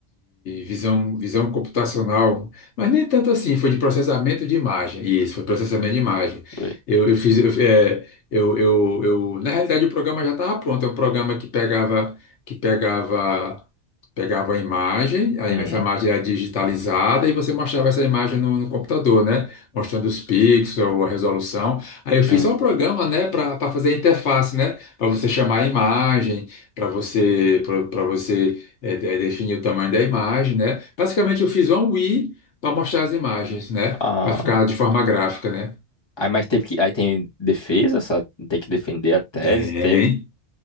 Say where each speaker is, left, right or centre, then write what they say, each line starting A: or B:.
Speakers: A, on the left; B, on the left.
A: visão, visão computacional, mas nem tanto assim, foi de processamento de imagem. Isso, foi processamento de imagem.
B: Foi.
A: Eu, eu fiz, eu, é, eu, eu, eu- na realidade o programa já estava pronto, é um programa que pegava, que pegava, pegava a imagem, aí
B: Uhum.
A: essa imagem era digitalizada e você mostrava essa imagem no, no computador, né? Mostrando os pixels, a resolução. Aí eu fiz
B: Hum.
A: só um programa, né, para fazer a interface, né? Para você chamar a imagem, para você, para você é, é definir o tamanho da imagem, né? Basicamente, eu fiz um Wii para mostrar as imagens, né?
B: Ah,
A: Para ficar de forma gráfica, né?
B: aí mas teve que, aí tem defesa, sabe? Tem que defender a tese,
A: Tem,
B: teve,